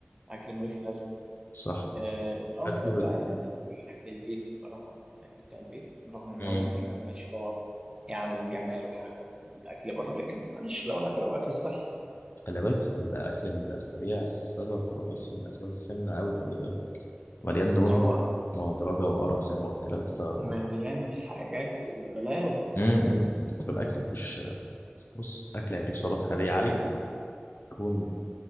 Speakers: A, on the right (about 20°); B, on the left (about 60°).
A: أكل ملوش لازمة
B: صح
A: آه، الأفضل
B: أكله
A: بقى
B: بت...
A: إن أنت تاكل الأكل البيتي الصراحة الأكل بتاع البيت رغم إن
B: م.
A: هو ممكن ما يبقاش أه يا عم بجمال وحلاوة الأكل بره لكن معلش في الأول والآخر هو أكل صحي
B: خلي بالك الأكل السريع السبب الرئيسي من أسباب السمنة أوي خلي بالك مليان دهون
A: طبعا
B: مهدرجة وقرف زي ما قلت لك فالموضوع
A: مليان حاجات البلاوي
B: م- م. انت بتاكل اكل مفيهوش بص اكل هيديك سعرات حراريه عاليه دهون